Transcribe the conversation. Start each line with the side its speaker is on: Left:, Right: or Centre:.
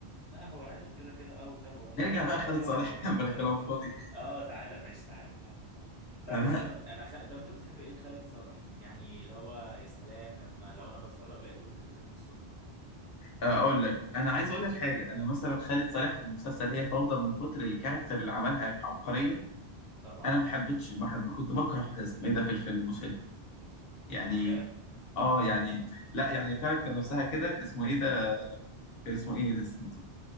Right: لا هو عارف كده كده اه وكام اغنيه
Left: نرجع
Right: اللي
Left: بقى لخالد
Right: بدأ عملهم
Left: صالح
Right: من
Left: <laughs> بلا
Right: الاول
Left: كلام فاضي
Right: اه تعالى ماشي تعالى تعالى تعالى لا
Left: انا
Right: بص انا انا خ... طب انت بتحب ايه لخالد صالح يعني اللي هو يا سلام لما لو انا بتفرج لقيته بالتلفزيون بالصدفه
Left: آه، اقول لك انا عايز اقول لك حاجه انا مثلا خالد صالح في المسلسل هي فوضى من كتر الكاركتر اللي عملها عبقريه
Right: طبعا
Left: انا ما حبيتش ما حب كنت بكره اسمه ايه ده في الفيلم مسل يعني
Right: بجد
Left: اه يعني لا يعني الكاركتر نفسها كده اسمه ايه ده كان اسمه ايه نسيته